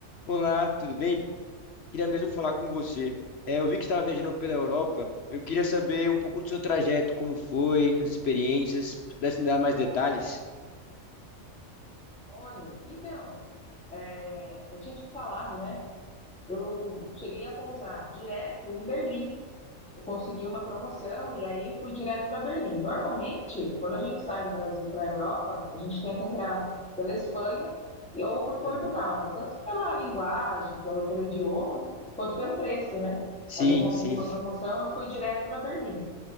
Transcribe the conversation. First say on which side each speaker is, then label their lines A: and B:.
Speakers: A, on the left; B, in the centre.
A: Olá, tudo bem? Queria mesmo falar com você. É, eu vi que estava viajando pela Europa. Eu queria saber um pouco do seu trajeto, como foi, as experiências. Se pudesse me dar mais detalhes?
B: Oi, então, é, eu tinha te falado, né? Eu cheguei a pousar direto em Berlim. Eu consegui uma promoção e aí fui direto para Berlim. Normalmente, quando a gente sai do Brasil para a Europa, a gente tenta entrar pela Espanha e- ou por Portugal,
A: Aham.
B: né? Tanto pela linguagem, pelo, pelo idioma, quanto pelo preço, né?
A: Sim,
B: Mas eu consegui
A: sim.
B: uma promoção, eu fui direto para Berlim.